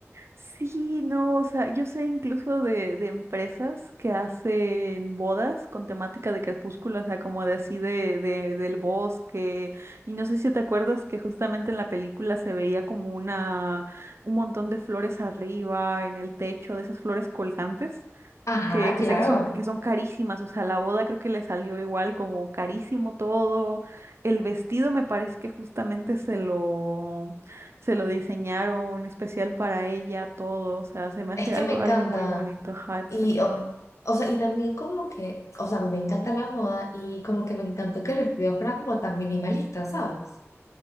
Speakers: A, on the right; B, on the left.
A: Sí, no, o sea, yo sé incluso de, de empresas que hacen bodas con temática de crepúsculo, o sea, como de así de, de, del bosque. Y no sé si te acuerdas que justamente en la película se veía como una, un montón de flores arriba, en el techo, de esas flores colgantes,
B: Ajá,
A: que, que
B: claro.
A: sé que son, que son carísimas, o sea, la boda creo que le salió igual, como carísimo todo. El vestido me parece que justamente se lo se lo diseñaron especial para ella, todo, o sea, se me hace
B: Es
A: algo,
B: que me encanta.
A: algo muy bonito, ajá, exactamente.
B: Y, o, o sea, y también como que, o sea, me encanta la moda y como que me encantó que el vestido fuera como tan minimalista, ¿sabes?